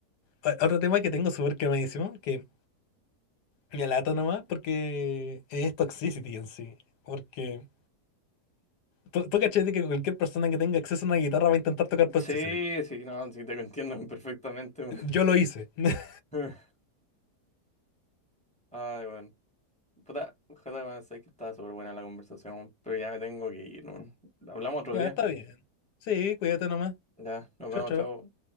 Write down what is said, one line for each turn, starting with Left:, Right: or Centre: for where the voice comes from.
Left: o- otro tema que tengo súper quemadísimo, que me alato nomás porque es Toxicity en sí, porque... Tú, tú cachai de que cualquier persona que tenga acceso a una guitarra va a intentar tocar Toxicity.
Centre: Sí, sí, no, sí, te entiendo perfectamente, weón.
Left: Yo lo hice. <laughs>
Centre: <laughs> Ay, weón. Puta, ojalá bueno, sé que estaba súper buena la conversación, pero ya me tengo que ir, ¿no? Hablamos otro
Left: Ya
Centre: día.
Left: está bien. Sí, cuídate nomás.
Centre: Ya, nos vemos,
Left: Chao, chao.
Centre: chao.